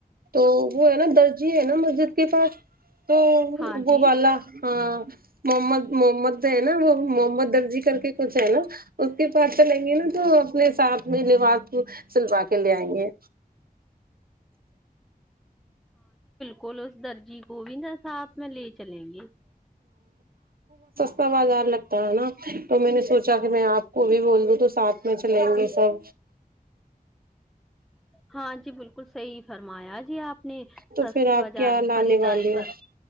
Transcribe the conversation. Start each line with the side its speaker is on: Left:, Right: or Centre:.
Right: تو وہ ہے نا درجی ہے نا مسجد کے پاس تو
Centre: ہاں
Right: وہ
Centre: جی
Right: والا ہاں محمد جو ہے نا وہ محمد درجی کر کے کچھ ہے نا اس کے پاس چلیں گے نا تو اپنے ساتھ میں لباس سلوا کے لے آئیں گے
Centre: کو اس درجی کو بھی نسا آپ میں لے چلیں گے
Right: کا بازار لگتا ہے نا تو میں نے سوچا کہ میں آپ کو بھی بول دوں تو ساتھ میں چلیں گے سب
Centre: ہاں جی بالکل صحی فرمایا جی آپ نے
Right: تو
Centre: سستے
Right: پھر
Centre: والے
Right: آپ
Centre: بار
Right: کیا
Centre: سے
Right: لانے
Centre: خریداری
Right: والے ہو
Centre: کر